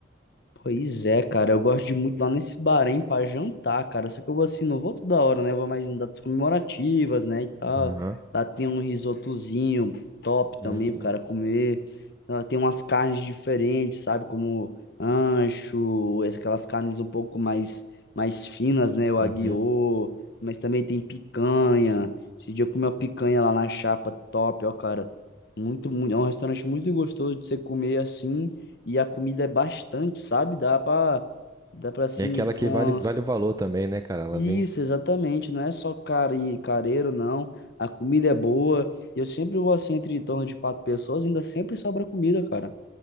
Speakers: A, on the left; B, on the right.
A: Pois é, cara, eu gosto de ir muito lá nesse Bahrein pra jantar, cara. Só que eu vou assim, não vou toda hora, né? Eu vou mais em datas comemorativas, né, e tal.
B: Aham.
A: Lá tem um risotozinho top
B: Hum,
A: também, pro cara comer. Lá tem umas carnes diferentes, sabe? Como ancho, essa- aquelas carnes um pouco mais, mais finas, né? O
B: uhum.
A: aguiô, mas também tem picanha. Esse dia eu comi uma picanha lá na chapa top, ó, cara. Muito, muito, é um restaurante muito gostoso de você comer assim. E a comida é bastante, sabe? Dá pra, dá pra assim,
B: E aquela
A: pra
B: que
A: uma...
B: vale, vale o valor também, né, cara? Ela
A: Isso,
B: vem.
A: exatamente. Não é só cari, careiro, não. A comida é boa. Eu sempre vou assim, entre em torno de quatro pessoas, ainda sempre sobra comida, cara.